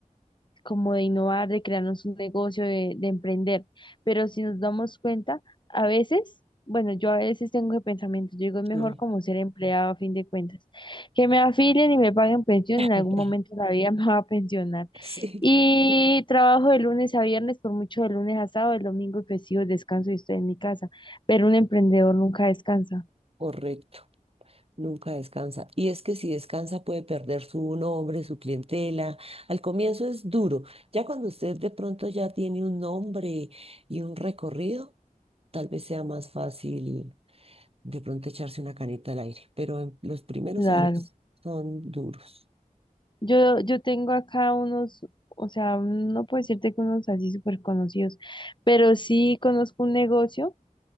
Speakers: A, on the left; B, on the right.
A: como de innovar, de crearnos un negocio, de, de emprender. Pero si nos damos cuenta, a veces, bueno, yo a veces tengo ese pensamiento, yo digo, es mejor
B: Sí.
A: como ser empleado a fin de cuentas, que me afilien y me paguen pensión,
B: <laughs>
A: en algún momento de la vida <laughs> me va a pensionar.
B: Sí,
A: Y trabajo de lunes a viernes, por mucho de lunes a sábado, el domingo y festivo descanso y estoy en mi casa, pero un emprendedor nunca descansa.
B: correcto. Nunca descansa. Y es que si descansa puede perder su nombre, su clientela. Al comienzo es duro. Ya cuando usted de pronto ya tiene un nombre y un recorrido, tal vez sea más fácil de pronto echarse una canita al aire. Pero en los primeros
A: Claro.
B: años son duros.
A: Yo, yo tengo acá unos, o sea, no puedo decirte que unos así súper conocidos, pero sí conozco un negocio